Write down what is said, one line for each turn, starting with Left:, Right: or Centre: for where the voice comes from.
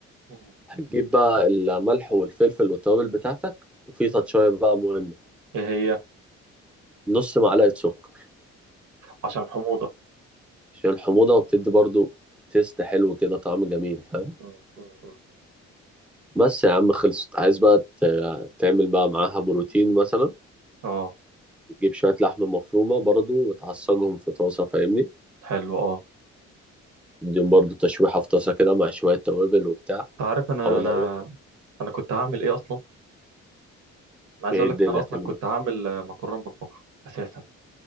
Right: امم
Centre: هتجيب بقى الملح والفلفل والتوابل بتاعتك وفي تاتشاية بقى مهمة
Right: ايه هي
Centre: نص معلقة سكر
Right: عشان الحموضه
Centre: عشان الحموضة وبتدي برضه تيست حلو كده طعم جميل فاهم
Right: امم امم امم.
Centre: بس يا عم خلصت عايز بقى ت- تعمل بقى معاها بروتين مثلا
Right: اه
Centre: جيب شوية لحمة مفرومة برضو وتعصجهم في طاسة فاهمني
Right: حلو اه
Centre: اديهم برضو تشويحة في طاسة كده مع شوية توابل وبتاع
Right: انت عارف انا
Centre: أو لو
Right: انا انا كنت هعمل ايه اصلا انا عايز
Centre: هي
Right: اقول
Centre: الدنيا
Right: لك ان انا اصلا
Centre: تجري
Right: كنت هعمل آه، مكرونه بالبقره اساسا